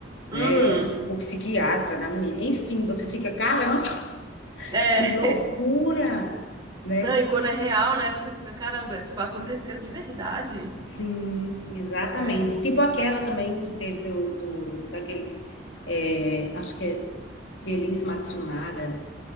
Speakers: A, on the left; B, on the right.
A: né?
B: Uhum.
A: O psiquiatra da menina. Enfim, você fica, caramba,
B: É.
A: que loucura, né?
B: Não, e quando é real, né? Você fica, caramba, é, tipo, aconteceu de verdade.
A: Sim, exatamente.
B: É.
A: Tipo aquela também que teve do, do daquele, é, acho que é de Elis Matsunaga.